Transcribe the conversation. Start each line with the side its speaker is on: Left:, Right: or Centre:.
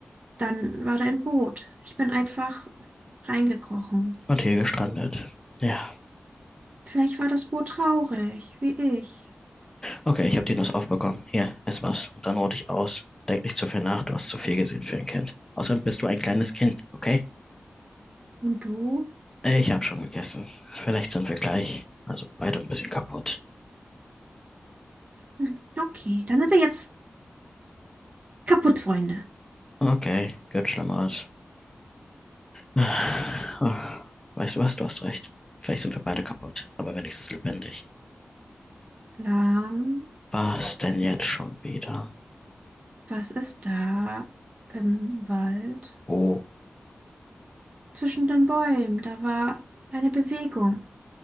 Right: Dann war da ein Boot. Ich bin einfach reingekrochen.
Left: und hier gestrandet. Ja.
Right: Vielleicht war das Boot traurig, wie ich.
Left: Okay, ich habe die Nuss aufbekommen. Hier, ess was. Und dann ruh dich aus. Denk nicht zu viel nach. Du hast zu viel gesehen für ein Kind. Außerdem bist du ein kleines Kind, okay?
Right: Und du?
Left: Ich habe schon gegessen. Vielleicht sind wir gleich. Also beide ein bisschen kaputt.
Right: Hm, Okay, dann sind wir jetzt kaputt, Freunde.
Left: Okay, gibt Schlimmeres. Ah, ah, Weißt du was? Du hast recht. Vielleicht sind wir beide kaputt, aber wenigstens lebendig.
Right: Lahm,
Left: Was denn jetzt schon wieder?
Right: was ist da im Wald?
Left: Oh,
Right: Zwischen den Bäumen, da war eine Bewegung.